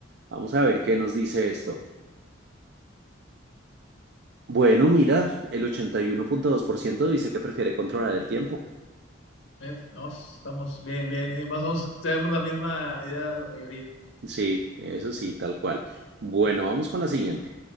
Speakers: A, on the right (about 60°); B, on the left (about 85°).
A: Vamos a ver qué nos dice esto. Bueno, mira, el ochenta y uno punto dos por ciento dice que prefiere controlar el tiempo.
B: Fíjate, No, estamos bien, bien. eh, más o menos tenemos la misma idea la mayoría.
A: Sí, eso sí, tal cual. Bueno, vamos con la siguiente.